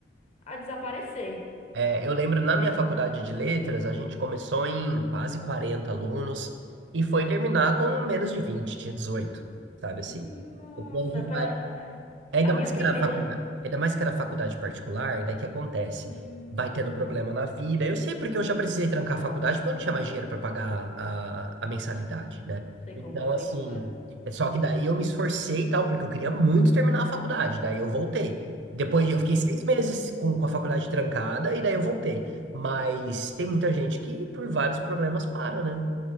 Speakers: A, on the left (about 35°); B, on the right (about 85°).
A: a desaparecer.
B: É, eu lembro na minha faculdade de letras, a gente começou em quase 40 alunos e foi terminar com menos de vinte tinha dezoito sabe assim?
A: Nossa,
B: O povo
A: para a
B: Ainda
A: a minha
B: mais
A: primeira.
B: que era faculdade, ainda mais que era faculdade particular, daí que acontece?
A: Hum,
B: Vai tendo problema na vida. Eu sei porque eu já precisei trancar a faculdade porque eu não tinha mais dinheiro para pagar a, a mensalidade, né?
A: sei
B: Então,
A: como é,
B: assim,
A: sei como é.
B: é só que daí eu me esforcei e tal, porque eu queria muito terminar a faculdade. Daí eu voltei. Depois eu fiquei
A: Sim.
B: seis meses com, com a faculdade trancada e daí eu voltei. Mas tem muita gente que por vários problemas para, né?